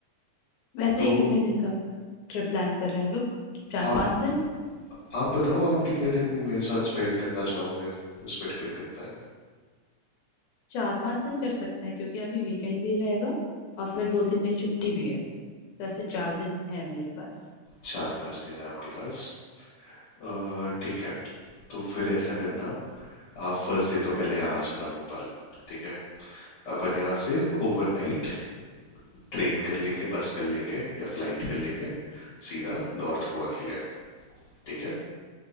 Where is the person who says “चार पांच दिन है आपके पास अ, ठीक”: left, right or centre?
Left